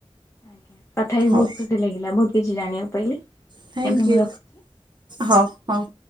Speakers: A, on the left; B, on the right.
A: ଆଜ୍ଞା, କଥା ହେଇକି
B: ହଉ
A: ବହୁତ ଖୁସି ଲାଗିଲା ବହୁତ କିଛି ଜାଣିବାକୁ ପାଇଲି।
B: ଥ୍ୟାଙ୍କୟୁ
A: ଏବେ ମୁଁ ରଖୁଛି।
B: ହୋଉ ହୋଉ!